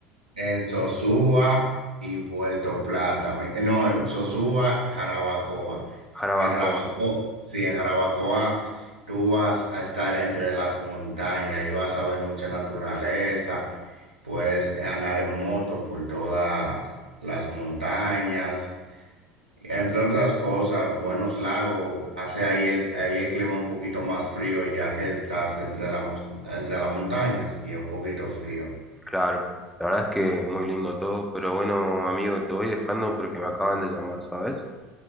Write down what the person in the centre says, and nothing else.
Jarabacoa,
claro. La verdad es que muy lindo todo, pero bueno, amigo, te voy dejando porque me acaban de llamar, ¿sabes?